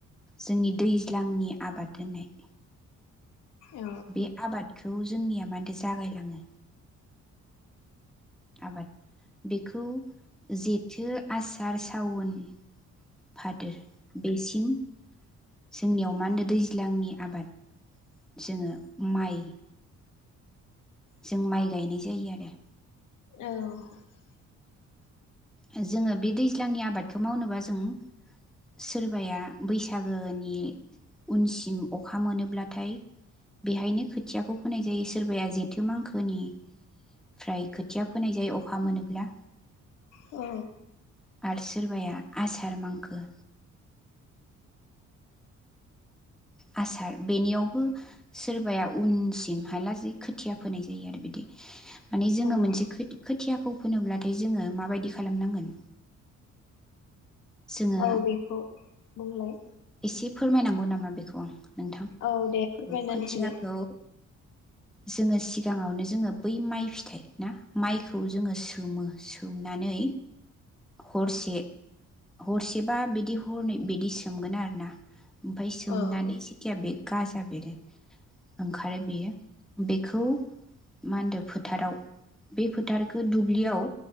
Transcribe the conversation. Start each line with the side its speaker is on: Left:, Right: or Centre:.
Centre: जोंनि दैज्लांनि आबाद होननाय
Left: औ
Centre: बे आबादखो औ जोंनिया मानदो जागायलाङो। आबाद बेखौ जेथो आसार सावुन फादोर बेसिम जोंनियाव मा होनदो दैज्लांनि आबाद जोङो माइ जों माइ गायनाय जायो आरो।
Left: औ
Centre: ओ जोङो बे दैज्लांनि आबादखौ मावनोबा जों सोरबाया बैसागोनि उनसिम अखा मोनोब्लाथाय बेहायनो खोथियाखौ फोनाय जायो सोरबाया जेथो मांखो निफ्राय खोथिया फोनाय जायो अखा मोनोब्ला।
Left: औ
Centre: आर सोरबाया आसार मांखो आसार बेनियावबो सोरबाया उनसिम हालासेै खोथिया फोनाय जायो आरो बिदि। माने जोङो
Left: औ
Centre: मोनसे खोद खोथिया खौ फोननोलाथाय जोङो माबायदि खालामनांगोन जोङो
Left: औ बेखौ बुंलाय?
Centre: थि फोरमायनांगौ नामा बेखौ आं नोंथां
Left: औ दे फोरमायनानै
Centre: खोथियाखौ
Left: होलाय
Centre: जोङो सिगाङावनो जोङो बै माइ फिथाइ ना माइखौ जोङो सोमो सोमनानै हरसे हरसेबा बिदि हरनै बिदि सोमगोन आरो ना ओमफाय सोमनानै
Left: औ
Centre: सिथिया बे गाजा बेरो ओंखारो बेयो बेखौ मा होनदो फोथाराव बे फोथारखौ दुब्लियाव